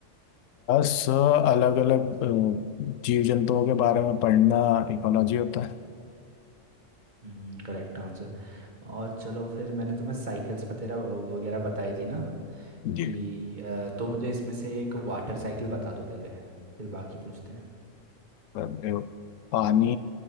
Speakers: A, on the left; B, on the right.
A: सर अलग अलग जीव जंतुओं के बारे में पढ़ना इकोलॉजी होता है
B: हम्म Correct answer और चलो फिर मैंने तुम्हें साइकिल्स वगैरह वगैरह बताई थी ना
A: जी
B: कि अ, तो मुझे इसमें से एक वाटर साइकिल बता दो पहले फिर बाकी पूछते हैं
A: कर रहे हो पानी